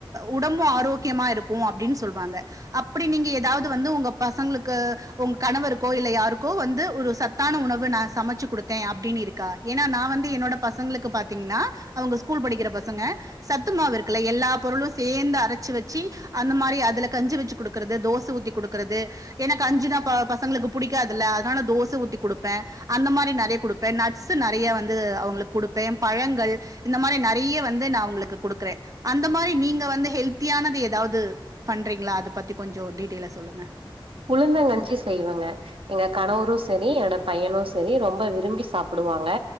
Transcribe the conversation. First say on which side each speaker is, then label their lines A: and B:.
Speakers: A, on the right; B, on the right.
A: உடம்பு ஆரோக்கியமா இருக்கு அப்பிடின் சொல்லுவாங்க அப்பிடி நீங்க ஏதாவது வந்து உங்க பசங்களுக்கு உங்க கணவருக்கோ இல்ல யாருக்கோ வந்து ஒரு சத்தான உணவு நா சமைச்சி குடுத்தே அப்பிடின், இருக்கா ஏன்னா நா வந்து என்னோட பசங்களுக்கு பாத்தீங்கன்னா அவுங்க ஸ்கூல் படிக்கிற பசங்க சத்தமாவு இருக்கல எல்லா பொருளு சேந்து அரச்சி வச்சி அந்த மாரி அதுல கஞ்சி வச்சி குடுக்கறது தோச ஊத்தி குடுக்கறது எனக்கு அஞ்சிதப்பா பசங்களுக்கு புடிக்கதுல்ல அதனால தோச ஊத்தி குடுப்பே அந்த மாரி நெறைய குடுப்பே நட்ஸ் நெறைய வந்து அவுங்களுக்கு குடுப்பே பழங்கள் இந்த மாரி நெறைய வந்து நா உங்களுக்கு குடுக்குறே அந்த மாரி நீங்க வந் வந்து ஹெல்த்தியானது ஏதாவது பண்றீங்களா அத பத்தி கொஞ்சோ டீட்டெயில்லா சொல்லுங்க
B: உளுந்தங்கஞ்சி செய்வங்க எங்க கணவரு சரி எட பையனு சரி ரொம்ப விரும்பி சாப்பிடுவாங்க